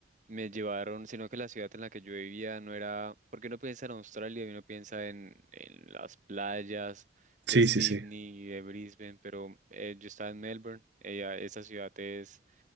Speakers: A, on the right; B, on the right.
A: me llevaron, sino que la ciudad en la que yo vivía no era, porque uno piensa en Australia y uno piensa en, en las playas de
B: Sí,
A: Sydney
B: sí, sí.
A: y de Brisbane, pero eh, yo estaba en Melbourne, ella, esa ciudad es